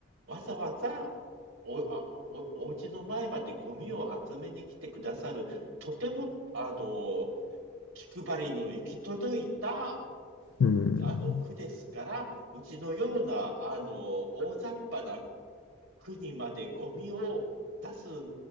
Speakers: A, on the right; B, on the left.
A: わざわざ、お、あ、お、お家の前までゴミを集めに来てくださる、とても、あの、気配りの行き届いた、
B: い。うん。
A: あの区ですから、うちのようなあの大雑把な区にまでゴミを出す